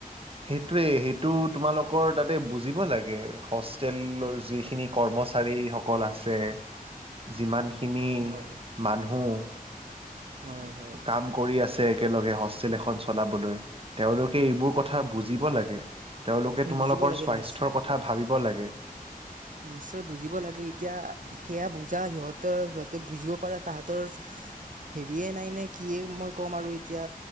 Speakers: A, on the right (about 35°); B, on the right (about 60°).
A: সেইটোৱে সেইটো তোমালোকৰ তাতে বুজিব লাগে হোষ্টেলৰ যিখিনি কৰ্মচাৰী সকল আছে যিমান। কিনি
B: হয়
A: মানুহ
B: হয় হয়
A: কাম কৰি আছে। একেলগে হোষ্টেল এখন চলাবলৈ। তেওঁলোকে এইবোৰ কথা বুজিব লাগে। তেওঁলোকে তোমালোকৰ
B: বুজিব লাগে
A: স্বাস্থ্যৰ
B: নিশ্চয়
A: কথা ভাবিব লাগে।
B: নিশ্চয় বুজিব লাগে এতিয়া সেয়া বুজা সিহঁতৰ সিহঁতে বুজিব পাৰা তাহাঁতৰ হেৰিয়ে নাই নে কিয়ে মই ক'ম আৰু এতিয়া।